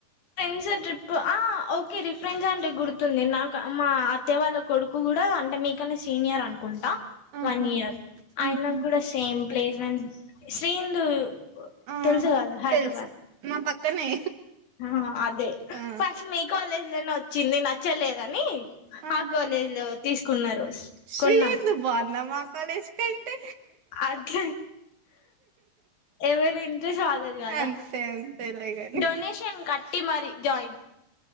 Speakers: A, on the left; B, on the right.
A: ఫ్రెండ్స్ ట్రిప్ ఆ ఓకే రిఫ్రెండ్స్ అంటే గుర్తుంది నాకు మా అత్తే వాళ్ళ కొడుకు కూడా అంటే మీకన్నా సీనియర్ అనుకుంటా
B: ఆహా
A: వన్ ఇయర్ అయన
B: ఉహు
A: కూడా సేమ్ ప్లేస్మెంట్ శ్రీ ఇందూ
B: ఆ
A: తెలుసు కదా హైదరాబాద్
B: తెలుసు మా పక్కనే
A: ఆ అదే
B: ఆ
A: ఫస్ట్ మీ కాలేజ్ పలనా వచ్చింది నచ్చలేదని
B: ఆహా
A: ఆ కాలేజ్ లో తీసుకున్న రోజు
B: శ్రీ
A: కొన్నాం
B: ఎందుకు బాగుందా మా కాలేజ్ కంటే
A: అట్ ఎవరి ఇంట్రెస్ట్ వాల్లది కదా
B: అంతే అంతేలేగాని
A: డొనేషన్ కట్టి మరి జాయిన్